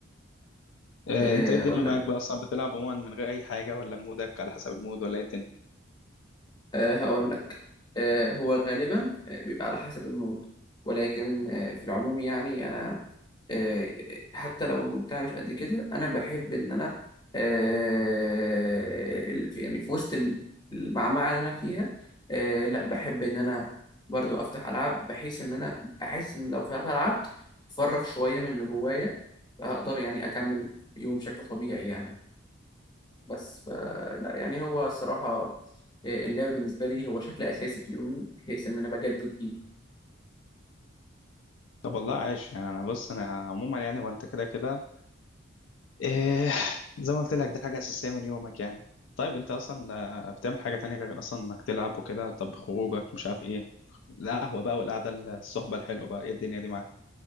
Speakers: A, on the left (about 75°); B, on the left (about 20°).
A: آه،
B: آه،
A: انت ايه الدنيا
B: اقول
A: معاك
B: لك
A: بقى اصلا بتلعب عموما من غير اي حاجه ولا مودك على حسب المود ولا ايه الدنيا
B: آه، هقول آه، هو غالبا آه، بيبقى على حسب المود ولكن آه، في العموم يعني انا آه، حتى لو المود بتاعي مش قد كده انا بحب ان انا آه، ال- في- يعني في وسط ال- المعمعة اللي انا فيها آه، لا بحب ان انا برضو افتح العاب بحيث ان انا احس ان لو فتحت العاب افرغ شوية من اللي جوايا فهقدر يعني اكمل يومي بشكل طبيعي يعني بس ف- لا يعني هو الصراحة اللعب بالنسبة لي هو شكل أساسي في يومي بحيث إن أنا بجدد بيه
A: طب والله عايش يعني انا بص انا عموما يعني وانت كده كده إيه زي ما قلت لك دي حاجه اساسيه من يومك يعني طيب انت اصلا آه، بتعمل حاجه تانية غير اصلا انك تلعب وكده طب خروجك مش عارف ايه القهوه بقى والقعده الصحبه الحلوه بقى ايه الدنيا دي معاك